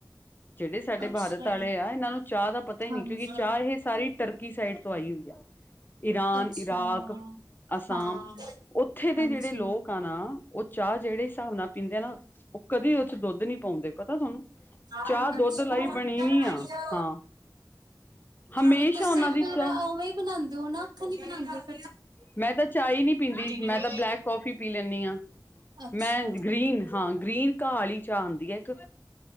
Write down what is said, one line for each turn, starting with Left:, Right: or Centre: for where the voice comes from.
Left: ਜੇੜ੍ਹੇ ਸਾਡੇ ਬਾਰਤ
Right: ਅੱਛਾ,
Left: ਆਲੇ ਆ ਚਾਹ ਦਾ ਪਤਾ ਈ
Right: ਹਾਂਜੀ,
Left: ਨੀ ਕਿਉਂਕਿ ਚਾਹ ਇਹ ਸਾਰੀ ਤਰਕੀ ਸਾਈਡ ਤੋਂ ਆਈ ਆ ਈਰਾਨ,
Right: ਅੱਛਾ।
Left: ਇਰਾਕ, ਅਸਾਮ
Right: ਹਾਂ,
Left: ਓਥੇ ਦੇ
Right: ਹਾਂਜੀ,
Left: ਜੇੜ੍ਹੇ ਲੋਕ ਆ ਨਾ ਓ ਚਾਹ ਜੇੜ੍ਹੇ ਹਿਸਾਬ ਨਾਲ ਪੀਂਦੇ ਆ ਨਾ ਓ ਕਦੀ ਉਚ ਦੁੱਧ ਨੀ ਪਾਉਂਦੇ ਪਤਾ ਥੋਨੂੰ
Right: ਅੱਛਾ।
Left: ਚਾਹ ਦੁੱਧ ਲਈ ਬਣੀ ਨੀ ਆ ਹਮੇਸ਼ਾ
Right: ਤੇ ਤੁਸੀਂ
Left: ਉਹਨਾਂ
Right: ਫਿਰ
Left: ਦੀ ਚਾਹ
Right: ਓਵੇਂ ਈ ਬਣਾਦੇ ਓ ਨਾ ਅੱਖਾਂ ਨ ਬਣਾਦੇ
Left: ਮੈਂ ਤਾਂ ਚਾਹ ਈ ਨੀ ਪੀਂਦੀ
Right: ਨੇ
Left: ਮੈਂ ਤਾਂ ਬਲੈਕ ਕੌਫੀ ਪੀ ਲੈਂਨੀ ਆ
Right: ਅੱਛਾ,
Left: ਮੈਂ ਗ੍ਰੀਨ ਹਾਂ ਗ੍ਰੀਨ ਕਾਲੀ ਚਾਹ ਆਂਦੀ ਐ ਇੱਕ